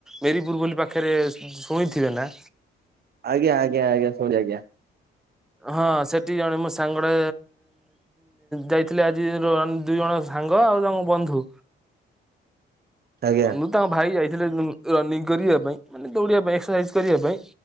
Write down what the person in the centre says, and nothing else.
ମେରିପୁର ବୋଲି ପାଖରେ ଶୁଣିଥିବେ ନା?
ହଁ ସେଠିକି ଜଣେ ମୋ ସାଙ୍ଗଟା ଯାଇଥିଲି ଆଜିର ଆନ ଦୁଇ ଜଣ ସାଙ୍ଗ ଆଉ ତାଙ୍କ ବନ୍ଧୁ।
ତାଙ୍କ ଭାଇ ଯାଇଥିଲେ ଉଁ, ରନିଂ କରିବା ପାଇଁ ମାନେ ଦୌଡିବା ପାଇଁ ଏକ୍ସସାଇଜ କରିବା ପାଇଁ।